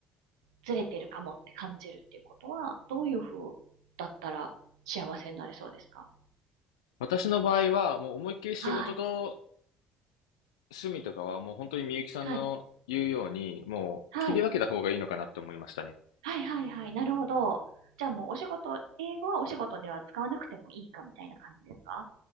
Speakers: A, on the right (about 80°); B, on the left (about 80°).
A: うずれてるかもって感じるっていうことはどういう風だったら幸せになれそうですか
B: 私の場合は、もう思いっきり仕事と
A: はい。
B: 趣味とかはもう本当にみゆきさんの言うように、
A: はい。
B: もう切り分けた方がいいのかなって思いましたね。
A: はい。はいはいはい。なるほど。じゃあもうお仕事、英語はお仕事では使わなくてもいいかみたいな感じですか